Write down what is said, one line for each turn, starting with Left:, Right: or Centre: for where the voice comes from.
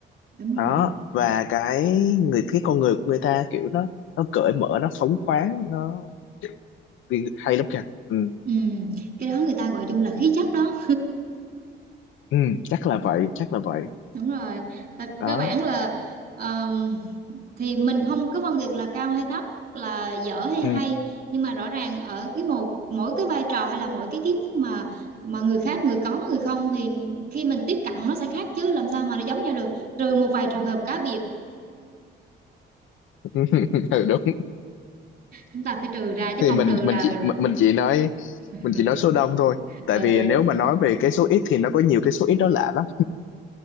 Right: đúng
Left: đó
Right: rồi
Left: và cái người cái con người của người ta kiểu nó nó cởi mở nó phóng khoáng nó vì- hay lắm kìa ừ.
Right: ừ cái đó người ta gọi chung là khí chất đó
Left: ừ chắc là vậy chắc là vậy
Right: đúng rồi Tại
Left: đó
Right: cơ bản là ờm, thì mình không có phân biệt là cao hay thấp là dở hay
Left: ừ.
Right: hay nhưng mà rõ ràng ở cái một mỗi cái vai trò hay là mỗi cái kiến thức mà mà người khác người có người không thì khi mình tiếp cận nó sẽ khác chứ làm sao mà nó giống nhau được trừ một vài trường hợp cá biệt
Left: <laughs> ừ đúng
Right: chúng ta phải trừ ra chứ
Left: thì
Right: không
Left: mình
Right: trừ
Left: mình
Right: là,
Left: chỉ
Right: là...
Left: mình mình chỉ nói
Right: <laughs>
Left: mình chỉ nói số đông thôi tại
Right: ừ
Left: vì
Right: ừ
Left: nếu mà nói về cái số ít thì nó có nhiều cái số ít đó lạ lắm